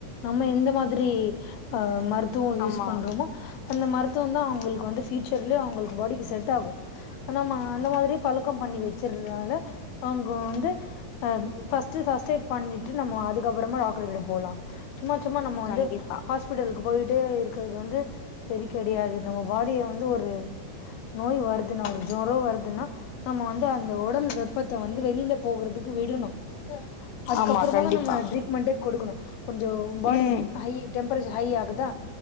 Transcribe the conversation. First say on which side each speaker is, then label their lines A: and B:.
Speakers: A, on the left; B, on the left.
A: நம்ம எந்த மாதிரி ஆ மருத்துவ யூஸ்
B: ஆமா
A: பண்றோமோ அந்த மருத்துவந்தா அவுங்களுக்கு வந்து ஃபியூசர்லயு அவுங்களுக்கு பாடிக்கு செட் ஆகு நம்ம அந்த மாதிரி பழக்கம் பண்ணி வச்சிரதுனால அவுங்க வந்து அ ஃபஸ்ட்டு ஃபஸ்ட்டைட் பண்ணிட்டு நம்ம அதுக்கப்புறமா டாக்டர்கிட்ட போலா சும்மா சும்மா நம்ம வந்து
B: கண்டிப்பா
A: ஹாஸ் பிட்டலுக்கு போயிட்டே இருக்கிறது வந்து சரி கெடையாது நம்ம பாடிய வந்து ஒரு நோய் வருதுனா ஜொரோ வருதுன்னா நம்ம வந்து அந்த உடல் வெப் ப்பத்த வந்து வெளில போகறதுக்கு விடணு அதுக்கப்புறமாதா
B: ஆமா கண்டிப்பா
A: நம்ம ட்ரீட்மென்ட்டே கொடுக்கணு கொஞ்ஜோ பாடி
B: ம்
A: ஹை டெம்பரேச்சர் ஹை ஆகுதா